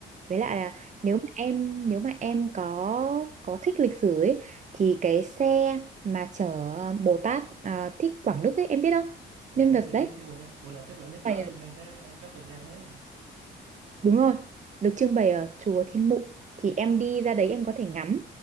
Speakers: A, on the right; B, on the right.
A: với lại
B: dạ
A: là nếu mà em nếu mà em có có thích lịch sử ấy thì cái xe mà chở Bồ Tát à, thích Quảng Đức ấy em biết không
B: dạ
A: nhân
B: biết
A: vật
B: dạ
A: đấy
B: biết Thế Quỳnh đó ủa là Thế Quỳnh Đức
A: phải
B: có liên quan tới có từng ra Huế luôn hả
A: Đúng rồi, được trưng bày ở chùa Thiên Mụ thì em đi ra đấy em có thể ngắm